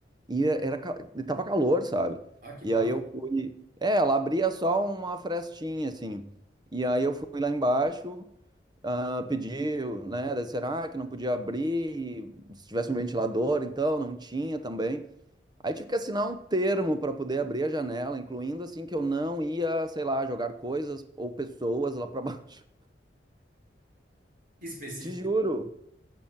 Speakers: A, on the right; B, on the right.
A: E era, ca- e tava calor, sabe?
B: Ah, que
A: E
B: bafo.
A: aí eu fui. É, ela abria só uma frestinha, assim. E aí eu fui lá embaixo, ah, pedi, né? Daí será que não podia abrir? E se tivesse um ventilador, então, não tinha também. Aí tive que assinar um termo para poder abrir a janela, incluindo assim que eu não ia, sei lá, jogar coisas ou pessoas lá para baixo.
B: Que específico.
A: <laughs> Te juro,